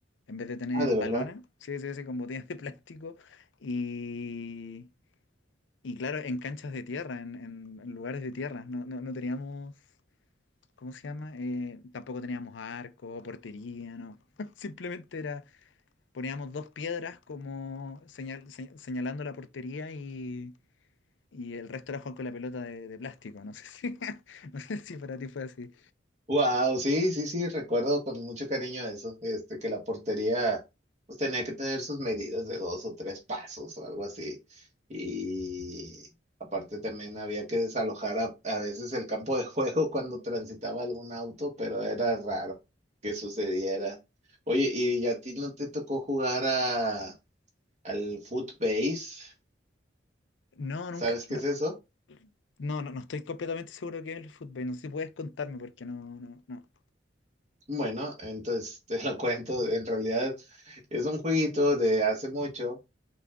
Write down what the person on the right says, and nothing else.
Ah, de
verdad.
Wow, sí, sí, sí, recuerdo con mucho cariño eso, este, que la portería pues tenía que tener sus medidas de dos o tres pasos o algo así. Y aparte también había que desalojar a, a veces el campo de juego <laughs> cuando transitaba algún auto, pero era raro que sucediera. Oye, ¿y a ti no te tocó jugar a, al footbase?
¿Sabes qué
es eso?
Bueno, entonces <laughs> te lo cuento, en realidad es un jueguito de hace mucho